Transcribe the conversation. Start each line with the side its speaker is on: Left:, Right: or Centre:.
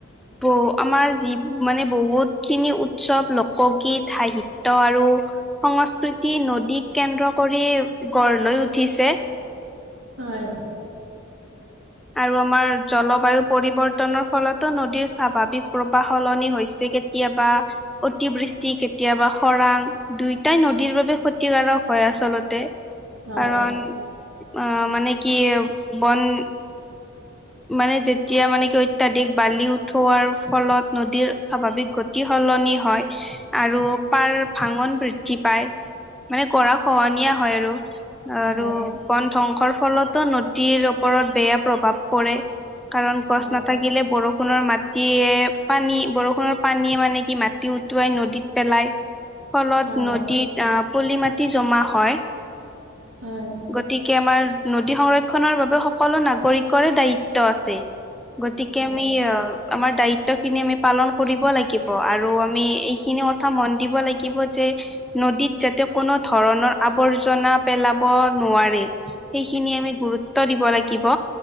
Centre: ব আমাৰ যি মানে বহুতখিনি উৎসৱ লোকগীত, সাহিত্য আৰু সংস্কৃতি নদীক কেন্দ্ৰ কৰি গঢ় লৈ উঠিছে। হে,
Right: হয়।
Centre: আৰু আমাৰ জলবায়ু পৰিৱৰ্তনৰ ফলতো নদীৰ স্বাভাৱিক প্ৰৱাহ সলনি হৈছে। কেতিয়াবা অতিবৃষ্টি কেতিয়াবা খৰাং দুয়টাই নদীৰ বাবে ক্ষতিকাৰক। হয় আচলতে,
Right: হয়
Centre: কাৰণ, আহ মানে কি বন মানে যেতিয়া মানে কি অত্যাধিক বালি উঠোৱাৰ ফলত নদীৰ স্বাভাৱিক গতি সল নি হয়, আৰু পাৰ ভাঙন বৃদ্ধি পায় মানে গৰা খহনীয়া হয় আৰু, আৰু
Right: হয়
Centre: বন ধং সৰ ফলতো নদীৰ ওপৰত বেয়া প্ৰভাৱ পৰে। কাৰণ গছ
Right: হয়
Centre: নাথাকিলে বৰষুণৰ মাটিয়ে পানী বৰষুণৰ পানীয়ে মানে নেকি মাটি উটুৱাই নদীত পেলাই। ফলত
Right: হয়
Centre: নদীত আহ পলি মাটি জমা হয়।
Right: হয় হয়
Centre: গতিকে আমাৰ নদ দি সংৰক্ষণৰ বাবে সকলো নাগৰিকৰে দায়িত্ব আছে। গতিকে
Right: হয়
Centre: আমি আমাৰ দায়িত্বখিনি আমি পালন কৰিব লাগিব আৰু আমি এই খিনি কথা মন দিব লাগিব যে, নদীত যাতে কোনো ধৰণৰ আৱৰ্জনা পেলাব নোৱাৰে, সেইখিনি আমি গুৰুত্ব দিব লাগিব।